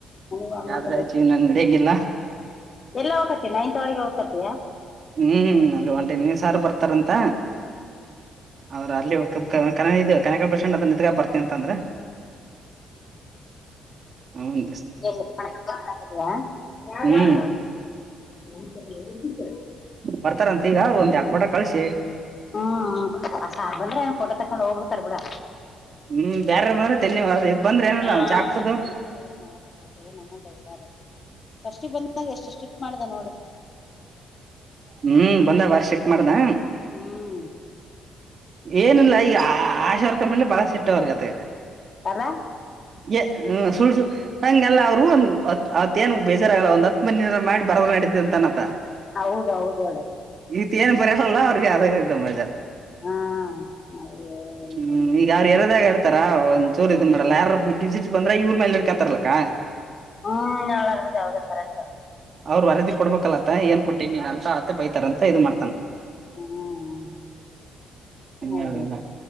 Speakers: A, on the left; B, on the right.
A: ನನಗೆ
B: ಆದ್ರ
A: ಅಂಗೆ ಅನ್ಸಕತ್
B: ಜೀವನ ನಡೆಯಂಗಿಲ್ಲ
A: ಎಲ್ಲ ಹೋಗಕತಿ ನೈನ್ತ್ ವಾರ್ಡ್ ಗೆ ಹೋಗಕತಿಯಾ.
B: ಹ್ಮ್ ಅಲ್ಲಿ ಒಂಟೆನೇ ಸಾರ ಬರ್ತಾರಂತ ಅವ್ರ ಅಲ್ಲಿ ಕ ಕ ಇದು ಕನೆಕಳ ಬಸ್ಂಡ್ ಅತ್ರ ನಿಂತ್ಕ ಬರ್ತನ ಅಂತಂದ್ರ. ಹ್ಮ
A: <unintelligible> ಹಾ
B: ಹ್ಮ್
A: <unintelligible>
B: ಬರ್ತಾರಂತ ಈಗ ಅವರು ಒಂದ್ ಎರಡು ಪೋಟ ಕಳಸಿ
A: ಹ್ಮ್ ಸಾರ್ ಬಂದ್ರೆ ಎನ್ ಪೋಟೋ ತಕ್ಕೊಂಡ ಹೋಗ್ಬಿಡ್ತಾರ ಬಿಡು.
B: ಹ್ಮ್ ಬ್ಯಾರಾರ ಬಂದ್ರ ತಲೆ ನೋವು ಅದ್ ಇದ್. ಬಂದ್ರ ಏನಲ್ಲ
A: ಹಾ
B: ಒಂದ್ ಚಾ ಕುಡುದು
A: ಏನ್ ಮಾಡಲ್ಲ ಪಾಪ ಏನ್ ಅನ್ನಲ್ಲ ಈ ಸರ್. ಫಸ್ಟ್ಗ್ ಬಂದಾಗ ಎಷ್ಟು ಸ್ಟ್ರಿಕ್ ಮಾಡ್ದ ನೋಡು.
B: ಹೂ ಬಂದಾಗ್ ಬಾರಿ ಸ್ಟ್ರಿಕ್ಟ್ ಮಾಡಿದ.
A: ಹ್ಮ್
B: ಏನಿಲ್ಲ ಈಗ ಆ ಆಶಾ ವರ್ಕರ್ ಮ್ಮೇಲೆ ಬಾಳ ಸಿಟ್ಟ ಅವ್ರಗತೆಗ.
A: ಅಲ್ಲ
B: ಎ ಹ್ಮ ಸುಳ್ಸು ಹಂಗಗೆಲ್ಲ ಅವರು ಅತ್ ಅತ್ ಏನ್ ರಾಗಲ್ಲ ಒಂದ ಹತ್ತ ಮಂದಿ ನರ ಮಾಡಿ ಬರದ್ ನಡೀತ ಅಂತನಾ ಆತ.
A: ಹೌದೌದ ಹೇಳು.
B: ಈತ್ ಏನ್ ಬರೆಯೋಲ್ಲ ಅವ್ರಿಗೆ ಆದ ಇದು ಮಜಾ.
A: ಹಾ ಅಯ್ಯೋ, ಎಂತ
B: ಹ್ಮ್
A: ಒಂದು
B: ಈಗ ಅವ್ರ ಏರಿಯಾದಾಗ್ ಹಾರ. ಇರ ಒಂದ್ ಚೂರು ಇದ್ ಮಾಡಲ್ಲ ಯಾರು ಡಿಸಿಟ್ ಬಂದ್ರೆ ಇವ್ರ ಮೇಲೆ ಇಡ್ಕಂತಾರಲಕ್ಕಾ.
A: ಹೂ ಹೇಳು ನಾಗರಾಜ ಹೌದು ಕರೆಕ್ಟ್.
B: ಅವ್ರ ವರದಿ ಕೊಬೇಕಲ್ಲತ್ತ ಏನ್ ಕೊಟ್ಟಿನಿ ನೀನ ಅಂತ ಆತ್ತೆ ಬೈತಾರ ಅಂತ ಇದು ಮಾಡ್ತನ್.
A: ಹ್ಮ್
B: ಹಂಗೇನಿಲ್ಲ.
A: ಹೌದು